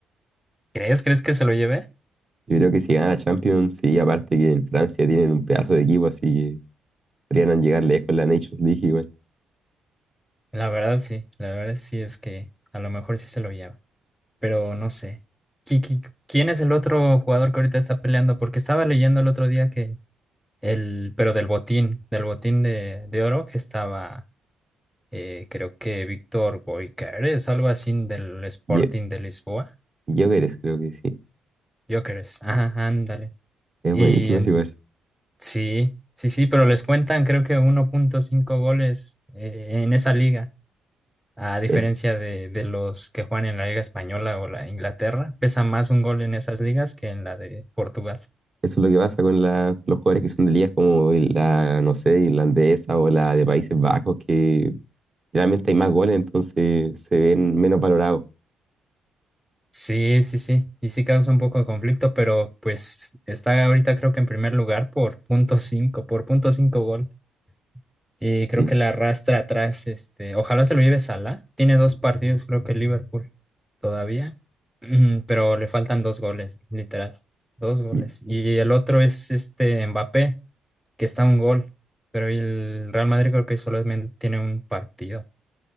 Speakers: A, in the centre; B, on the right.
A: crees, crees que se lo lleve?
B: Yo creo que si gana Champions, sí, aparte que en Francia tienen un pedazo de equipo, así que podrían llegar lejos en la Nations League igual.
A: La verdad sí, la verdad sí es que a lo mejor sí se lo lleva, pero no sé. ¿Qui- qui- ¿Quién es el otro jugador que ahorita está peleando? Porque estaba leyendo el otro día que el, pero del botín, del botín de, de oro que estaba eh, creo que Víctor Gyökeres, algo así del Sporting
B: Ye-
A: de Lisboa.
B: Gyökeres creo que sí.
A: Gyökeres, ajá, ándale.
B: Es
A: Y
B: buenísimo
A: en-
B: es igual.
A: sí, sí, sí, pero les cuentan creo que 1.5 goles eh, en esa liga, a diferencia
B: Es,
A: de, de los que juegan en la Liga Española o la Inglaterra, pesa más un gol en esas ligas que en la de Portugal.
B: eso es lo que pasa con la- los jugadores que son de ligas como la, no sé, irlandesa o la de Países Bajos, que Generalmente hay más goles, entonces se ven menos valorados.
A: Sí, sí, sí, y sí causa un poco de conflicto, pero pues está ahorita creo que en primer lugar por punto cinco, por punto cinco gol Y creo
B: Y,
A: que la arrastra atrás, este, ojalá se lo lleve Salah. Tiene dos partidos, creo que Liverpool todavía, <clears throat> pero le faltan dos goles, literal, dos goles.
B: y,
A: Y el otro es este Mbappé, que está a un gol, pero el Real Madrid creo que solamente tiene un partido